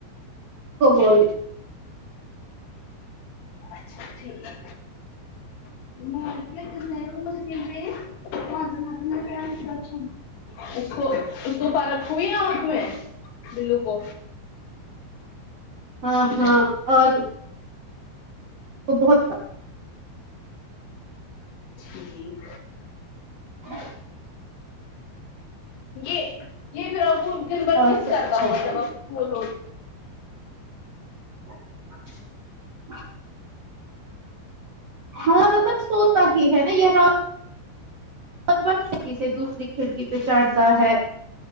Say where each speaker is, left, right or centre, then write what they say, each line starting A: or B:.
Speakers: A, on the right; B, on the left.
A: کو بول
B: اچھا ٹھیک ہے ج <inaudible> ا <unintelligible> نہیں <unintelligible> ب نہیں ہ ہ میں <unintelligible> چ اس کو اس کو پرکھ ہوئی نا اس میں بلو کو
A: ہاں ہاں اور تو بہت
B: جی
A: ہاں
B: یہ یہ پھر آپ کو دن بھر
A: اور
B: مس
A: تو
B: کرنا
A: اچھا
B: ہوگا
A: ہے
B: جب آپ پول ہو
A: <inaudible> ہاں واں پر سوتا ہی ہے نا یہاں ب چ کسی سے دوسری کھڑکی پہ چڑھتا ہے